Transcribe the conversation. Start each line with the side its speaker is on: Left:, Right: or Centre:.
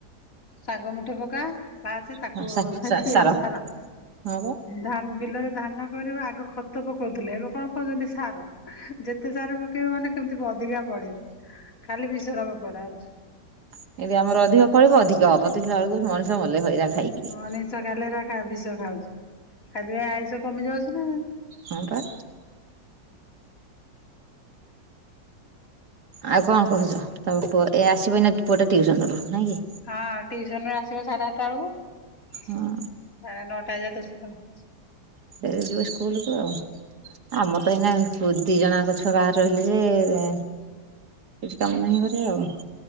Left: ଶାଗ ମୁଠି ପକା, <unintelligible> ତାକୁ
Right: ହଁ ସା ସା
Left: ଏଥିରେ ବି ସାର
Right: ହଁ ପା ହଁ
Left: ଧାନ ବିଲରେ ଧାନ <unintelligible> ଆଗ ଖତ ପକଉଥିଲେ ଏବେ କଣ କହୁଛନ୍ତି ସାର, ଯେତେ ସାର ପକେଇବ ମାନେ କେମିତି ଅଧିକା ପଡିବ ଖାଲି ବିଷରମ ପଡା ହଉଛି।
Right: କେମିତି ଆମର ଅଧିକ ଫଳିବ ଅଧିକ ହବ, ଦେଖିଲା ବେଳକୁ ମଣିଷ ମଲେ ହଇରା ଖାଇକି।
Left: <unintelligible> ଖାଇଲେ ବିଷ ଖାଉଛି ସେଥିପାଇଁ ଆୟୁଷ କମି ଯାଉଛି ନା,
Right: ହଁ, ବା। ଆଉ କଣ କହୁଛ ତ ଏ ଆସିବ ଅଇନା ପୁଅ ଟିଉସନରୁୁ ନାଇଁ କି?
Left: ହଁ ଟିଉସନ ରୁ ଆସିବ ସାଢ଼େ ଆଠା ବେଳକୁ, ସାଢେ
Right: ହଁ
Left: ନଅଟା ଯାଏ <unintelligible>
Right: <unintelligible> ଆମର ତ ଏଇନା ଦୁଇ ଜଣଙ୍କ ଛୁଆ ବାହାରେ ରହିଲେ ଯେ, କିଛି କାମ ନାହିଁ ଘରେ ଆଉ।